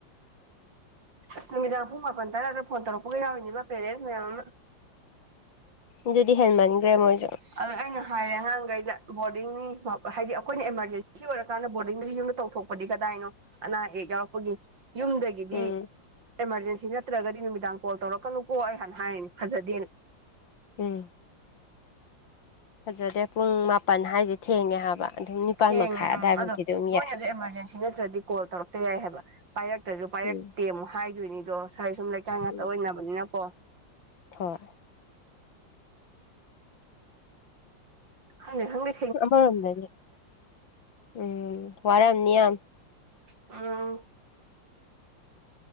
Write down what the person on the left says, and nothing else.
ꯎꯝ ꯑꯗꯨꯗꯤ ꯍꯦꯟ ꯃꯟꯈ꯭ꯔꯦ ꯃꯣꯏꯁꯨ
ꯎꯝ
ꯎꯝ ꯐꯖꯗꯦ ꯄꯨꯡ ꯃꯥꯄꯟ ꯍꯥꯏꯁꯦ ꯊꯦꯡꯉꯦ ꯍꯥꯏꯕ ꯑꯗꯨꯝ ꯅꯤꯄꯥꯟ
ꯃꯈꯥꯏ ꯑꯗꯥꯏꯐꯥꯎꯗꯤ
ꯑꯗꯨꯝ
ꯌꯥꯏ
ꯎꯝ
ꯎꯝ
ꯍꯣꯏ
ꯑꯩꯈꯣꯏꯔꯣꯝꯗꯩꯅꯦ ꯑꯝ ꯋꯥꯔꯝꯅꯤ ꯌꯥꯝ